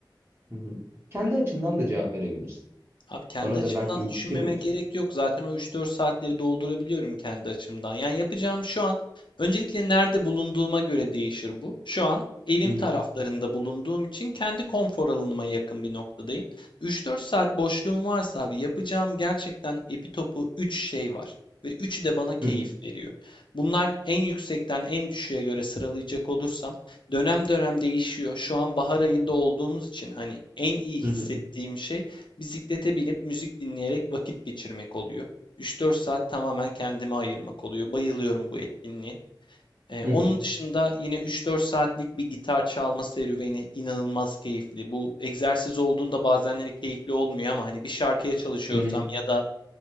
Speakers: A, on the right; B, on the left.
A: Hı hı. Kendi açımdan da cevap verebilirsin.
B: Abi kendi
A: Bana
B: açımdan
A: da belki bir
B: düşünmeme
A: fikir olur.
B: gerek yok. Zaten o üç dört saatleri doldurabiliyorum kendi açımdan. Yani yapacağım şu an öncelikle nerede bulunduğuma göre değişir bu. Şu an evim
A: Hı hı.
B: taraflarında bulunduğum için kendi konfor alanıma yakın bir noktadayım. üç dört saat boşluğum varsa abi yapacağım gerçekten epi topu 3 şey var. Ve üçü de bana keyif
A: Hı hı.
B: veriyor. Bunlar en yüksekten en düşüğe göre sıralayacak olursam dönem dönem değişiyor. Şu an bahar ayında olduğumuz için hani en iyi
A: Hı
B: hissettiğim
A: hı.
B: şey Bisiklete binip müzik dinleyerek vakit geçirmek oluyor. 3-4 saat tamamen kendime ayırmak oluyor. Bayılıyorum bu etkinliğe. Ee,
A: Hı
B: onun
A: hı.
B: dışında yine 3-4 saatlik bir gitar çalma serüveni inanılmaz keyifli. Bu egzersiz olduğunda bazenleri keyifli olmuyor ama hani bir şarkıya çalışıyorsam
A: Hı hı,
B: ya da